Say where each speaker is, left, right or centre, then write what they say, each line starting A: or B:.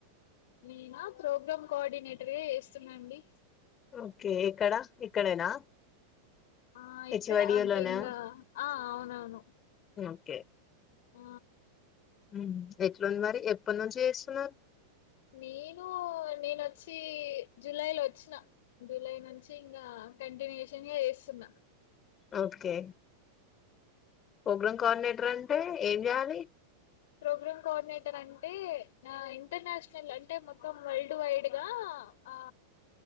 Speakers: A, on the left (about 55°); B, on the left (about 25°).
A: నేనా ప్రోగ్రామ్ కోఆర్డినేటర్గా చేస్తున్నాండి
B: ఓకే ఎక్కడా ఇక్కడేనా
A: ఆ
B: హెచ్వైడిలోనా
A: ఇక్కడ అంతే ఇంకా ఆ అవునవును
B: ఓకే
A: ఆ
B: ఉం ఎట్లుంది మరి ఎప్పటి నుంచి చేస్తున్నారు
A: నేను నేన వచ్చి జూలై లో వచ్చినా జూలై నుంచి ఇంకా కంటిన్యూషన్ గా చేస్తు నా
B: ఓకే ప్రోగ్రాం కోఆర్డినేటర్ అంటే ఏం చేయాలి
A: ప్రోగ్రామ్ కోఆర్డినేటర్ అంటే నా ఇంటర్నేషనల్ అంటే మొత్తం వరల్డ్ వైడ్ గా ఆ